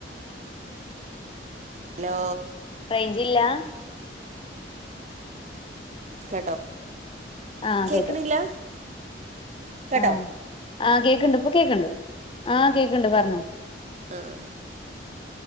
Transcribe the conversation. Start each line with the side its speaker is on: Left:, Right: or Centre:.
Right: ഹലോ
Left: റേഞ്ചില്ല?
Right: കേട്ടോ
Left: ആഹ്
Right: കേക്കണില്ല
Left: കേട്ടു
Right: കേട്ടോ
Left: ആഹ് ആഹ് കേക്കണ്ട് ഇപ്പൊ കേൾക്കണ്ട് ആഹ് കേക്കണ്ട് പറഞ്ഞു
Right: ആഹ്